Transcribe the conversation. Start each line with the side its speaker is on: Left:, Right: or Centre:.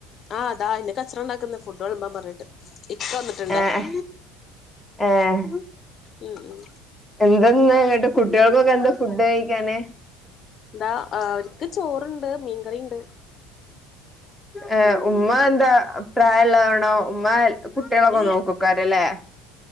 Left: ആഹ് താ അയ്ന് കച്ചറണ്ടാക്ക്ന്ന് ഫുഡ് വെൾമ്പൻ പർഞ്ഞ്ട്ട് ഇപ്പ വന്നിട്ട്ണ്ടേ.
Centre: ഏഹ് ഏഹ്
Left: ഉം ഉം
Centre: എന്തന്ന്ങ്ങട്ട് കുട്ടികൾക്കൊക്കെന്താ ഫുഡ് കഴിക്കാന്?
Left: താ ആവര്ക്ക് ചോറ്ണ്ട് മീൻകറിയണ്ട്.
Centre: ഏഹ് ഉമ്മ എന്താ പ്രാരായള്ളാണോ ഉമ്മ ഹെ കുട്ട്യേളൊക്കെ
Left: ഇല്ല
Centre: നോക്കൊക്കാരല്ലേ.